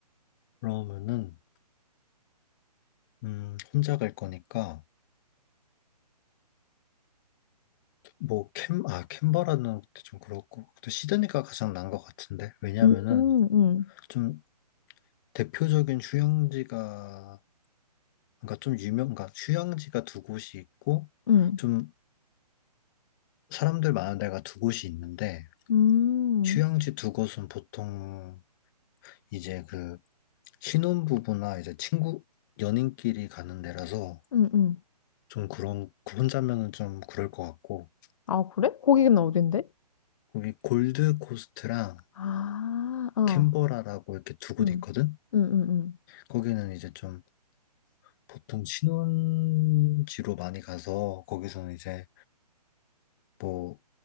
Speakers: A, on the left; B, on the left.
A: 그러면은, 음, 혼자 갈 거니까, 뭐, 캔, 아, 캔버라는 것도 좀 그렇고, 또 시드니가 가장 나은 것 같은데? 왜냐면은,
B: 음, 음, 음,
A: 좀 대표적인 휴양지가, 그러니까 좀 유명, 그러니까 휴양지가 두 곳이 있고,
B: 음,
A: 좀 사람들 많은 데가 두 곳이 있는데,
B: 음,
A: 휴양지 두 곳은 보통 이제 그 신혼부부나 이제 친구, 연인끼리 가는 데라서
B: 음.
A: 좀 그런, 그 혼자면은 좀 그럴 것 같고,
B: 아, 그래? 거기는 어딘데?
A: 거기 골드코스트랑
B: 아, 어,
A: 캔버라라고 이렇게 두 곳
B: 음,
A: 있거든?
B: 음, 음, 음,
A: 거기는 이제 좀 보통 신혼지로 많이 가서 거기서는 이제 뭐